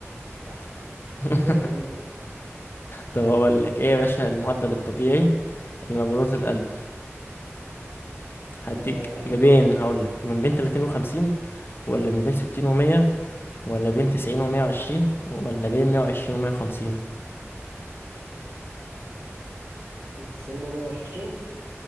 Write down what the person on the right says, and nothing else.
صح
ذاكر انت
آه...
90 و 120